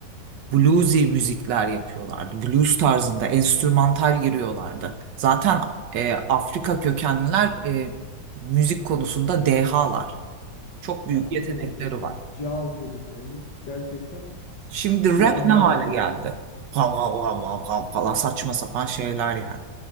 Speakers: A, on the right; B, on the left.
A: Bluesy müzikler yapıyorlardı. Blues tarzında enstrümantal giriyorlardı. Zaten e, Afrika kökenliler e, müzik konusunda dehalar. Çok
B: Ya
A: büyük yetenekleri
B: blues işte
A: var.
B: caz dediklerimiz gerçekten
A: Şimdi
B: siyahi
A: rap ne hale
B: abi.
A: geldi? Vav vav vav vav vav falan saçma sapan şeyler yani.